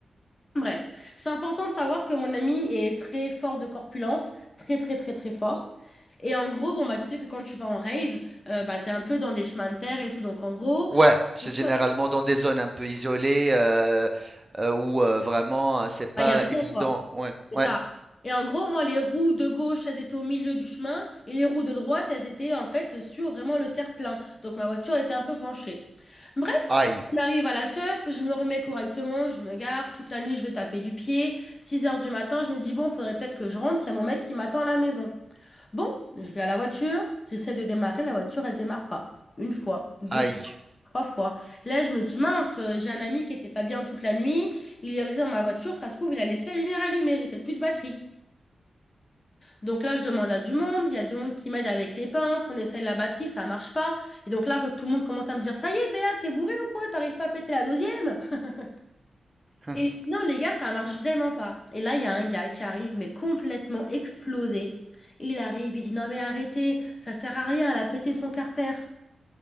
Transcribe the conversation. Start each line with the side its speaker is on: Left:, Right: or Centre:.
Left: Bref, c'est important de savoir que mon ami est très fort de corpulence, très très très très fort. Et en gros, bon bah tu sais que quand tu vas en rave, euh, bah t'es un peu dans des chemins de terre et tout, donc en gros,
Right: Ouais, c'est
Left: il
Right: généralement dans des zones un peu isolées euh, euh, où euh, vraiment euh, c'est pas
Left: n'y a rien
Right: évident.
Left: quoi.
Right: Ouais,
Left: C'est
Right: ouais.
Left: ça. Et en gros, moi, les roues de gauche, elles étaient au milieu du chemin et les roues de droite, elles étaient en fait sur vraiment le terre-plein. Donc ma voiture était un peu penchée. Bref,
Right: Aïe,
Left: on arrive à la teuf, je me remets correctement, je me gare, toute la nuit, je vais taper du pied. 6 heures du matin, je me dis, bon, faudrait peut-être que je rentre, il y a mon mec qui m'attend à la maison. Bon, je vais à la voiture, j'essaie de démarrer, la voiture, elle démarre pas. Une fois, deux
Right: aïe.
Left: Trois fois. Et Là, je me dis, mince, euh, j'ai un ami qui était pas bien toute la nuit, il est resté dans ma voiture, ça se trouve, il a laissé la lumière allumée, j'ai peut-être plus de batterie. Donc là, je demande à du monde, il y a du monde qui m'aide avec les pinces, on essaye la batterie, ça marche pas. Et donc là, quand tout le monde commence à me dire, ça y est, Béa, t'es bourré ou quoi? T'arrives pas à péter la deuxième? <laughs>
Right: <laughs>
Left: Et je dis, non, les gars, ça marche vraiment pas. Et là, il y a un gars qui arrive, mais complètement explosé. Il arrive, il dit, non, mais arrêtez, ça sert à rien, elle a pété son carter.